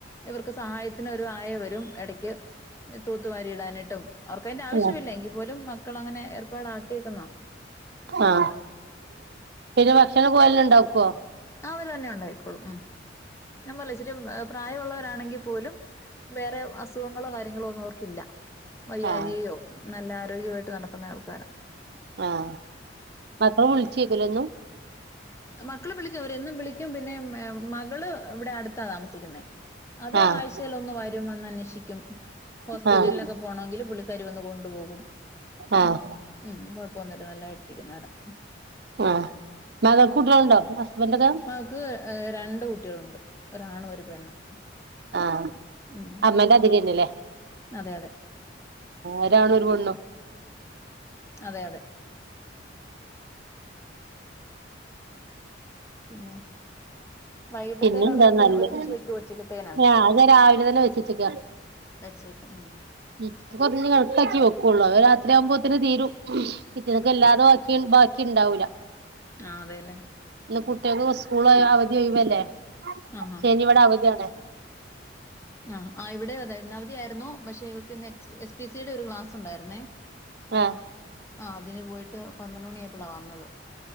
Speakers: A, on the left; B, on the right.
A: ഇവർക്ക് സഹായത്തിന് ഒരു ആയ വരും ഇട ക്ക് തൂത്തുവാരി ഇടാനായിട്ടും അവർക്ക് അതിന്റെ ആവശ്യമില്ല
B: ഉം
A: എങ്കിൽ പോലും മക്കള് അങ്ങനെ ഏർപ്പാട് ആക്കിയേക്കുന്നാ.
B: ആഹ് പിന്നെ ഭക്ഷണം <unintelligible> ഉണ്ടാക്കുവോ.
A: ആ അവര്ന്നെ ഉണ്ടായിക്കോളും ഉം. ഞാൻ മുല്ലശ്ശേരി <unintelligible> പ്രായൊള്ളവരാണെങ്കിൽ പോലും. വേറെ അസുഖങ്ങളോ കാര്യങ്ങളോ ഒന്നും അവർക്കില്ല വയ്യാഴികയോ
B: ആഹ്
A: നല്ല ആരോഗ്യവായിട്ട് നടക്കുന്ന ആൾക്കാര.
B: ആഹ് മക്ള് വിള് <unintelligible> ക്കുല്ലെന്നും
A: മക്കള് വിളിക്കും അവരെന്നും വിളിക്കും പിന്നെ മ് മകള് ഇവിടെ അടുത്താ താമസിക്കുന്നേ അത്
B: ആഹ്
A: ആഴ്ചയിൽ ഒന്ന് വരും വന്നന്വേഷിക്കും ഹോസ്പിറ്റലിലൊക്കെ
B: ആഹ്
A: പോണോങ്കിൽ പുള്ളിക്കാരി വന്ന് കൊണ്ടുപോകും
B: ആഹ്
A: ഉം കൊഴ്. പോന്നിട്ട് നല്ലായിട്ടിരിക്ന്ന. <unintelligible>
B: ആഹ് മകൾക്ക് കുട്ടികളുണ്ടോ ഹസ്ബൻഡക്കെ
A: മകക്ക് ഏഹ് രണ്ട് കുട്ടികളുണ്ട് ഒരാണും ഒരു പെണ്ണും
B: ആഹ്
A: ഉം
B: അമ്മന്റെ. <unintelligible>
A: അതെ അതെ
B: ഒരാണും ഒരു പെണ്ണും
A: അതെ അതെ. പിന്നെ വൈകിട്ടത്തേനുള്ളതൊക്കെ
B: പിന്നെന്താ നല്ലെ
A: ഒരുമിച്ച്
B: <unintelligible>
A: വെക്കുവോ ഉച്ചക്കത്തേനാ
B: രാവിലന്നെ വെച്ചച്ചെക്ക
A: വെച്ചേക്കും ഉം
B: <unintelligible> കൊറഞ്ഞ് കണക്കാക്കി വെക് ക്കൊള്ളൂ അവ രാത്രിയാവുമ്പുത്തിന് തീരും. പിറ്റെന്ന്ക്ക് എല്ലാതുവാക്കി ബാക് ക്കിണ്ടാവൂല.
A: ആ അതെലേ?
B: ഇന്ന് കുട്ട്യേക്ക് സ്കൂളായ അവധി ഒയിവല്ലേ?
A: ആഹ്
B: ശനി ഇവടെ അവധിയാണ്.
A: ആഹ് ആ ഇവിടെയു അതെ. ഇന്നവധിയാരുന്നു പക്ഷെ ഇവക്കിന്ന് എക്സ് എസ് പി സിയുടെ ഒരു ക്ലാസുണ്ടായിരുന്നേ.
B: ആഹ്
A: ആ അതിന് പോയിട്ട് പന്ത്രണ്ടുമണിയായപ് ഇപ്പളാ വന്നത്